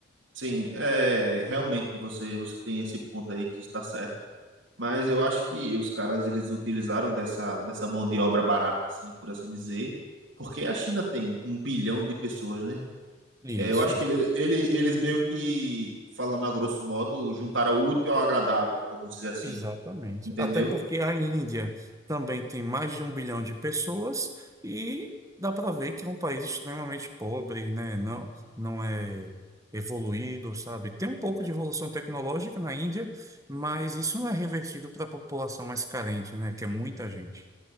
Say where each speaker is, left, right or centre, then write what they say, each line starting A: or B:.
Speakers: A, on the right (about 85°); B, on the right (about 15°).
A: Sim, é, realmente você você tem esse ponto aí que está certo. Mas eu acho que os caras eles utilizaram dessa dessa mão de obra barata assim, por assim dizer, porque a China tem um bilhão de pessoas, né?
B: Isso.
A: É, eu acho que ele, ele- eles meio que falando a grosso modo juntaram o útil ao agradável, vamos dizer assim,
B: Exatamente.
A: entendeu?
B: Até porque a Índia também tem mais de um bilhão de pessoas e dá para ver que é um país extremamente pobre, né? Não, não é evoluído, sabe? Tem um pouco de evolução tecnológica na Índia, mas isso não é revertido para a população mais carente, né? Que é muita gente.